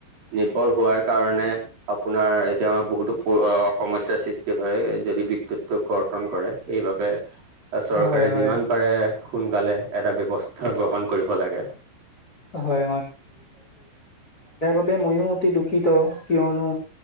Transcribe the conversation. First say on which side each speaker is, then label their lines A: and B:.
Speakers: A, on the right (about 50°); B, on the left (about 20°).
A: নিৰ্ভৰ হোৱাৰ কাৰণে আপোনাৰ এতিয়া আ বহুতো সমস্যাৰ সৃষ্টি হয় যদি বিদ্যুৎটো কৰ্তন কৰে সেইবাবে চৰকাৰে
B: হয় হয়
A: যিমান পাৰে সোনকালে এটা ব্যবস্থা গ্ৰহণ কৰিব লাগে।
B: হয় ত ময়ো অতি দুখিত কিয়নো